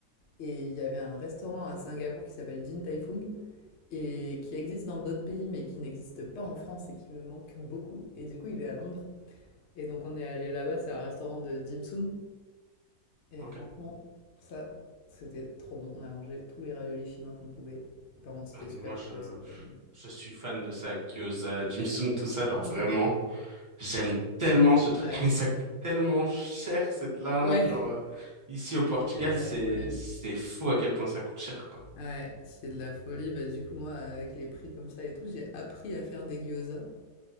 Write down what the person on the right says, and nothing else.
Ok.
Ah, mais
moi,
je
je suis fan de ça, gyoza, Jimsum, tout ça, genre
vraiment. J'aime tellement ce truc,
<laughs> mais ça coûte tellement cher, c'est de l'arnaque,
genre euh, ici au Portugal,
c'est
c'est fou à quel point ça coûte cher, quoi.